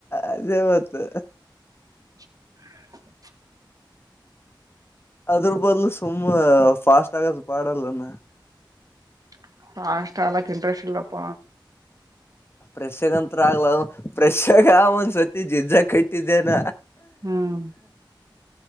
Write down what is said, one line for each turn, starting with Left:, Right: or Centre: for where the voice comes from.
Left: ಅದೇವತ್ತು
Right: <inaudible>
Left: ಅದ್ರ ಬದ್ಲು ಸುಮ್ಮ ಫಾಸ್ಟ್ ಆಗದು ಪಾಡಲ್ಲನ
Right: <unintelligible> ಇಂಟ್ರೆಸ್ಟ್ ಇಲ್ಲಪ್ಪ
Left: ಪ್ರೆಶಗ ಅಂತ್ರ ಆಗ್ಲ ಪ್ರೆಶಗ ಆ ಒಂದ್ಸರ್ತಿ ಜಿಜ್ಜ ಟ್ಟಿದೆೇನ
Right: ಹ್ಮ್